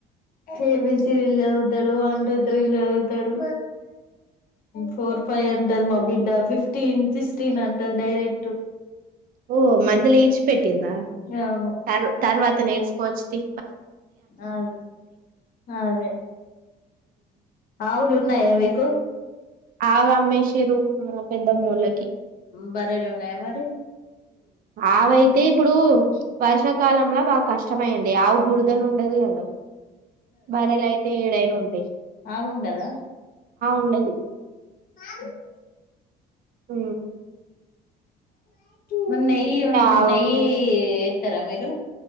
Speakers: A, on the left (about 60°); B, on the right (about 60°).
A: ఎ బి సి డి లు చదువుతాడు వన్ టూ త్రీ చదువుతాడు ఫోర్ ఫైవ్ అంటది మా బిడ్డ ఫిఫ్ ఫఫ్టీన్ సిక్స్టీన్ అంటది డైరెక్ట్
B: ఓ మధ్యలో ఇచప పెట్ పెట్టిందా
A: అవును
B: తర్ తర్వాత నేర్చుకోవచ్చది
A: అదే అదే ఆవులు ఉన్నా ఏ బకు
B: ఆ హమేష ఫరు పెద్ద మూల
A: బరేలు ఉన్నాయా మరి
B: ఆవయితే ఇప్పుడు వర్షాకాలంలో బాగా కష్టమైంది ఆవు బురుదలు ఉండదు కదా బారాల అయితే ఏను ఉంటయి
A: ఆవుండదా
B: ఉండది
A: అ
B: అ
A: న
B: ఆవు
A: న ఇస్తారా
B: అమ్మేసి
A: మీరు